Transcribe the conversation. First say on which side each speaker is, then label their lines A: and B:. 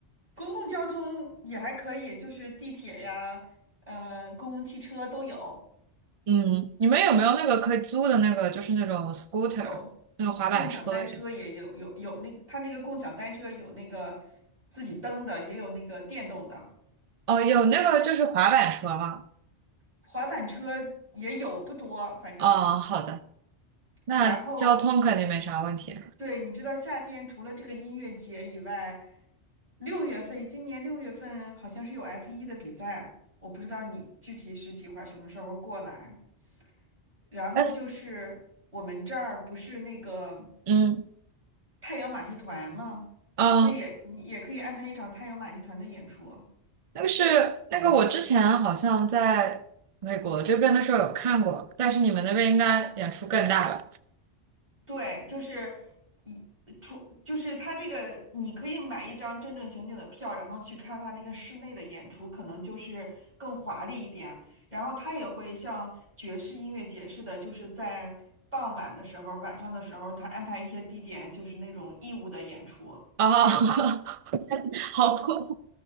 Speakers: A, on the right (about 40°); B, on the right (about 65°).
A: 公共交通也还可以，就是地铁呀，呃，公共汽车都有，
B: 嗯，你们有没有那个可以租的那个，就是那种 scooter
A: 有
B: 那个滑板车？
A: 共享单车也有，有有那它那个共享单车有那个自己蹬的，也有那个电动的，
B: 哦，有那个就是滑板车吗？
A: 滑板车也有，不多，反正。
B: 哦，好的，那交通肯定没啥问题。
A: 然后，对，你知道夏天除了这个音乐节以外，六月份，今年六月份好像是有 f 一的比赛，我不知道你具体是计划什么时候过来。然后就是我们这儿不是那个
B: 哎，嗯
A: 太阳马戏团嘛，
B: 嗯，
A: 所以也你也可以安排一场太阳马戏团的演出。
B: 那个是那个我之前好像在美国这边的时候有看过，但是你们那边应该演出更大吧？
A: 对，就是一出就是他这个，你可以买一张正正经经的票，然后去看他那个室内的演出，可能就是更华丽一点。然后他也会像爵士音乐节似的，就是在傍晚的时候、晚上的时候，他安排一些地点，就是那种义务的演出。
B: 哦，<laughs> <laughs> 好恐